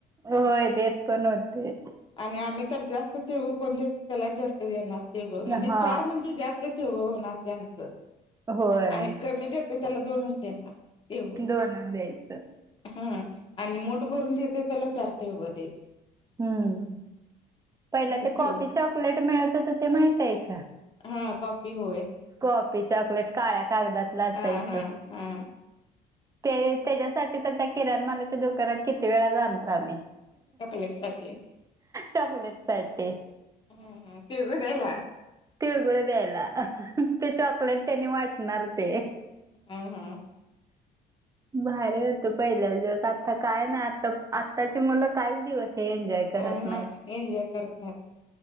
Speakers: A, on the right; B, on the left.
A: होय, देत पण होते.
B: आणि आम्ही तर जास्त तिळगुळ कोण देत, त्याला जास्त देणार, तिळगुळ म्हणजे
A: हा
B: चार म्हणजे जास्त होणार त्यांचं,
A: होय
B: आणि कमी देते त्याला दोनच देणार तिळगुळ
A: दोनच द्यायचं
B: हा आणि मुठ भरून देत, त्याला चार तिळगुळ द्यायचं.
A: हम्म, पहिला
B: असं
A: ते
B: तिळगुळ
A: कॉपी चॉकलेट मिळत होत ते माहित आहे का?
B: हा, कॉपी होय
A: कॉफी चॉकलेट, काळ्या कागदातला असायचं.
B: हा हा हा
A: ते त्याच्यासाठी, तर त्या किराणमालाच्या दुकानात किती वेळा जाणार आम्ही.
B: चॉकलेट साठी
A: चॉलेट आहेत ते
B: हम्, ह तिळगुळ द्यायला!
A: तिळगुळ द्यायला, ते चॉकलेट त्यानी वाटणार ते.
B: हम, हम
A: भारी होत पहिल्याच दिवस, आता काय नाही आता आत्ताची मुलं कायच दिवस एनजॉय करत
B: अ
A: नाही.
B: हा एन्जॉय करत नाहीत